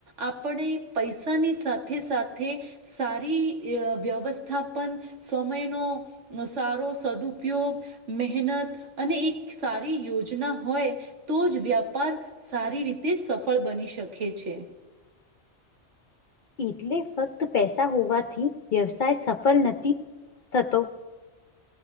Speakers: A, on the right; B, on the left.
A: આપણે પૈસાની સાથે સાથે. સારી વ્યવસ્થાપન સમયનો. સારો સદઉપયોગ મહેનત અને એક સારી યોજના હોય. તો જ વ્યાપાર સારી રીતે સફળ બની શકે છે.
B: એટલે ફક્ત પૈસા હોવાથી વ્યવસાય સફળ નથી થતો.